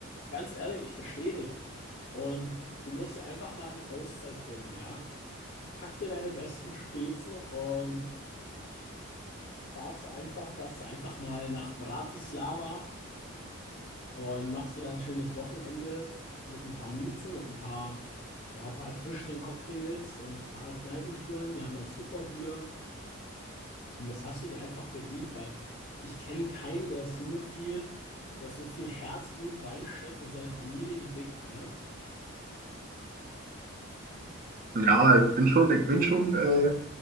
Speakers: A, on the left; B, on the right.
A: ganz ehrlich, ich verstehe dich. Und du musst dir einfach mal eine Auszeit gönnen, ja? Pack dir deine besten Spezen und fahrst einfach, fährst einfach mal nach Bratislava und machst dir dann ein schönes Wochenende mit ein paar Miezen und ein paar, ja, ein paar erfrischenden Cocktails und ein paar Kneipentouren. Die haben da super Bier. Und das hast du dir einfach verdient, weil ich kenne keinen, der so viel, der so viel Herzblut reinsteckt in seine Familie wie Dick, ne?
B: Ja, ich bin schon, ich bin schon. äh,